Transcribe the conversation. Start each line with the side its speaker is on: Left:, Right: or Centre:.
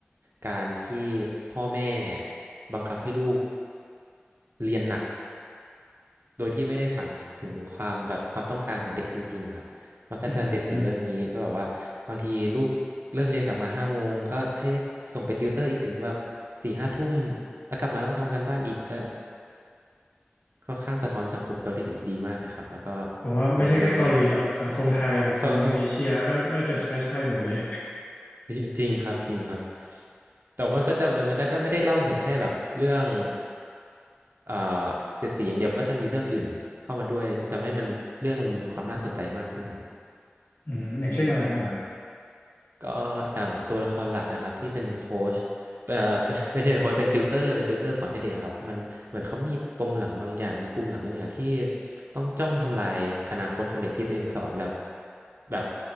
Right: การที่พ่อแม่บังคับให้ลูกเรียนหนัก โดยที่ไม่ได้ถามถึงความแบบความต้องการของเด็กจริงๆอะครับมันก็จะเสียดสีเรื่องนี้เพราะแบบว่าบางทีลูกเลิกเรียนกลับมาห้าโมงก็ให้ส่งไปติวเตอร์อีกถึงแบบสี่ห้าทุ่ม
Left: อืม
Right: แล้วกลับมาต้องทำกันบ้านอีกก็ค่อนข้างสะท้อนสังคมเกาหลีดีมากเลยครับแล้วก็
Left: ผมว่าไม่ใช่แค่เกาหลีหรอกสังคมไทยสังคมเอเชียก็น่าจะใช้ใช่หมดเลย
Right: มันมี <laughs> โทษ จริงจริงครับจริงครับแต่มันก็จะมันก็จะไม่ได้เล่าถึงแค่แบบเรื่องเอ่อเสียดสีอย่างเดียวมันก็จะมีเรื่องอื่นเข้ามาด้วยทำให้มันเรื่องมันมีความน่าสนใจมากขึ้นครับ
Left: อืมอย่างเช่นอะไรบ้างครับ
Right: ก็อย่างตัวละครหลักนะครับที่เป็นโค้ชเอ่อ <laughs> เป็นไม่ใช่เป็นโค้ชเป็นติวเตอร์เป็นติวเตอร์สอนให้เด็กอะครับมันเหมือนเขามีปมหลังบางอย่างมีปุ่มหลังบางอย่างที่ต้องจ้องทำลายอนาคตของเด็กที่ตัวเองสอนแบบแบบ